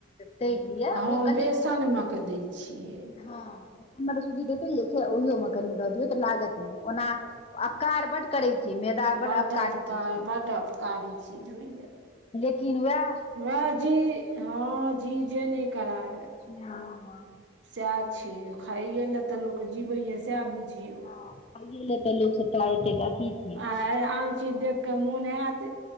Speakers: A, on the left; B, on the right.
A: तैर लिअ
B: आ हम
A: ओ कनि
B: बेसन मऽ कऽ दै छियै
A: हँ सूजी देेते जे छै ओहियो मऽ कनि दऽ दियौ तऽ लागत नय ओना अपकार बड्ड करै छै मैदा
B: बड्ड
A: अपकारी
B: अकार
A: चीज होइ
B: बड्ड अकारी चीज होइ य
A: लेकिन वैह
B: वैह जी हँ जी जे नय कराबै
A: हँ - हँ
B: सैह छै खायए लऽ तऽ लोक जीबै य सैह बुझियै
A: हँ खाये लऽ तऽ लोक सबटा एतै अथी छै
B: आय आम चीज देख कऽ मोन हैत